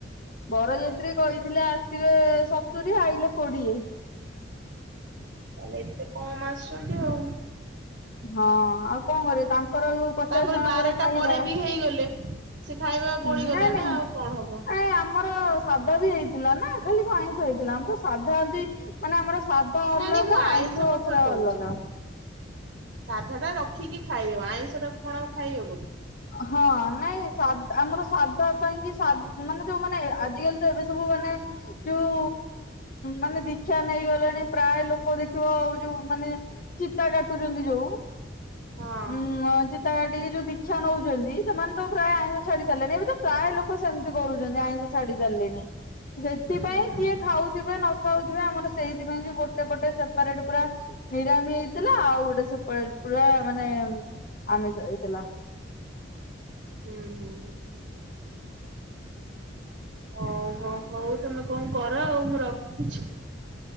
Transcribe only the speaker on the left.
ବରଯାତ୍ରୀ କହିଥିଲେ ଆସିବେ ସତୁରୀ ଆଇଲେ କୋଡିଏ।
ହଁ ଆଉ କଣ କରିବି ତାଙ୍କର ଯୋଉ ପଚାଶ
ଜଣଙ୍କର
ଖାଇବା
ହୁଁ ନାଇଁ ନାଇଁ
ଏଇ ଆମର ସାଧା ବି ହେଇଥିଲା ନା! ଖାଲି କଣ ଆଇଁଷ ହେଇଥିଲା, ଆମକୁ ସାଧା ବି ମାନେ ଆମର ସାଧା
ଅଲଗା,
ଆଇଁଷ
ପୁରା
ଅଲଗା।
ହଁ ନାଇଁ ସାଦ ଆମର ସାଧା ପାଇଁ କି ସା ମାନେ ଯୋଉ ମାନେ ଆଜିକାଲି ତ ଏବେ ସବୁ ମାନେ ଯୋଉ ମାନେ ଦିକ୍ଷା ନେ ଇଗଲେଣି ପ୍ରାୟ ଲୋକ ଦେଖିବ ଆଉ ଯୋଉ ମାନେ ଚିତା କାଟୁଛନ୍ତି ଯୋଉ
ହୁଁ ଆ ଚିତା କାଟିକି ଯୋଉ ଦି କ୍ଷା ନଉଛନ୍ତି ସେମାନେ ତ ପ୍ରାୟ ଆଇଁଷ ଛାଡି ସାରିଲେଣି ଏବେ ତ ପ୍ରାୟ ଲୋକ ସେମିତି କରୁଛନ୍ତି ଆଇଁଷ ଛାଡି ସାରିଲେଣି ସେଥିପାଇଁ
କିଏ ଖାଉଥିବେ ନ ଖାଉଥିବେ ଆମର ସେଇଥିପାଇଁ କି ଗୋଟେ ପଟେ ସେପାରେଟ ପୁରା ନିରାମି ହେଇଥିଲା ଆଉ ଗୋଟେ ସେପଟେ ପୁରା ମାନେ ଆମିଷ ହେଇଥିଲା।